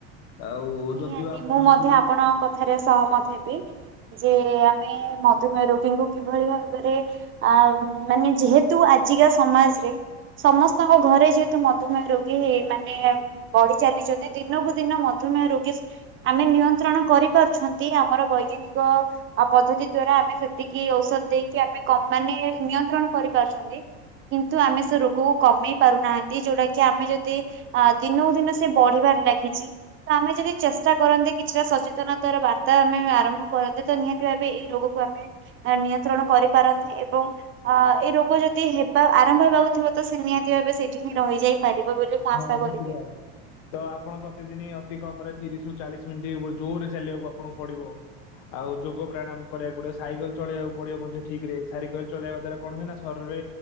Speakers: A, on the left; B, on the right.
A: ଆଉ
B: ନିହାତି
A: ଯଦିଓ ଆପଣ
B: ମୁଁ ମଧ୍ୟ
A: ଯଦି
B: ଆପଣଙ୍କ କଥାରେ ସହମତ ହେବି ଯେ ଆମେ ମଧୁମେହ ରୋଗୀଙ୍କୁ କିଭଳି ଭାବରେ ଆ ମାନେ ଯେହେତୁ ଆଜିକା ସମାଜରେ ସମସ୍ତଙ୍କ ଘରେ ଯେହେତୁ ମଧୁମେହ ରୋଗୀ ମାନେ ବଢି ଚାାଲିଛନ୍ତି ଦିନକୁ ଦିନ ମଧୁମେହ ରୋଗୀ ଆମେ ନିୟନ୍ତ୍ରଣ କରିପାରୁଛନ୍ତି ଆମର ବୈଜ୍ଞାନିକ ଆଉ ପଦ୍ଧତି ଦ୍ଵାରା ଆମେ ସେତିକି ଔଷଧ ଦେଇକି ଆମେ କମ ମାନେ ନିୟନ୍ତ୍ରଣ କରିପାରୁଛନ୍ତି କିନ୍ତୁ ଆମେ ସେ ରୋଗକୁ କମେଇ ପାରୁନାହାନ୍ତି ଯଉଟା କି ଆମେ ଯଦି ଆ ଦିନକୁ ଦିନ ସେ ବଢିବାରେ ଲାଗିଛି ତ ଆମେ ଯଦି ଚେଷ୍ଟା କରନ୍ତେ କିଛିଟା ସଚେତନତାାର ବାର୍ତ୍ତା ଆମେ ଆରମ୍ଭ କରନ୍ତେ ତ ନିହାତି ଭାବେ ଏଇ ରୋଗକୁ ଆମେ ନିୟନ୍ତ୍ରଣ କରିପାରନ୍ତି ଏବଂ ଅ ଏଇ ରୋଗ ଯଦି ହେବା ଆରମ୍ଭ ହେବାକୁ ଥିବ ତ ସେ ନିହାତି ଭାବେ ସେଇଠି ହିଁ ରହିଯଏ ପାରିବ ବୋଲି ମୁଁ ଆଶା
A: ହଁ
B: କରିବି।
A: ନିଶ୍ଚିତ ଭଲା ତ ଆପଣ ପ୍ରତିଦିନ ଅତି କମ ରେ ତିରିଶ ରୁ ଚାଳିଶ ମିନିଟ୍ ଜୋର ରେ ଚାଲିବାକୁ ଆପଣଙ୍କୁ ପଡିବ ଆଉ ଯୋଗ ପ୍ରାଣାମ କରିବାକୁ ପଡିବ ସାଇକେଲ ଚଳେଇକୁ ପଡିବ ମଧ୍ୟ ଠିକ ରେ ସାଇକେଲ ଚଳେଇ ଦ୍ଵା କଣ ହୁଏ ନା ଶରୀରରେ